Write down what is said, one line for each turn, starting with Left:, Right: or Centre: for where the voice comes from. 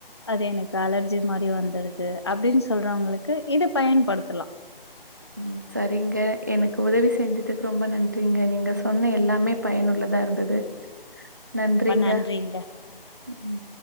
Left: அது எனக்கு‌ அலர்ஜி மாரி வந் துடுது அப்டின்னு சொல்றவுங்களுக்கு இது பயன்படுத்தலா
Right: ம் சரிங்க எனக்கு உதவி செஞ்சதுக்கு ரொம்ப நன்றிங்க நீங்க சொன்ன எல்லாமே பயனுள்ளாத இருந்தது நன்றிங்க
Left: ரொம்ப நன்றி
Right: ம்